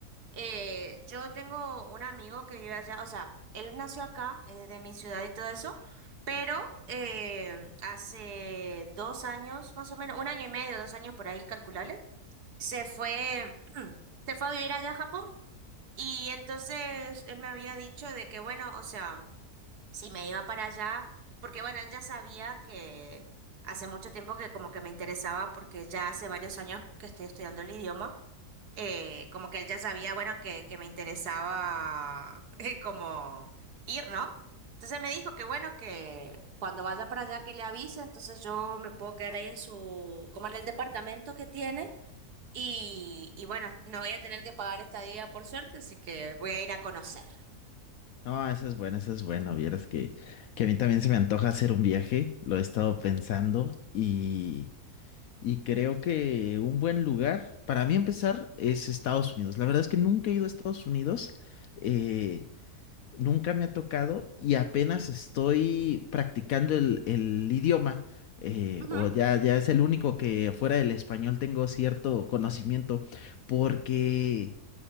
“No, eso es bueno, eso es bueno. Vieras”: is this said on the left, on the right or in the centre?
Left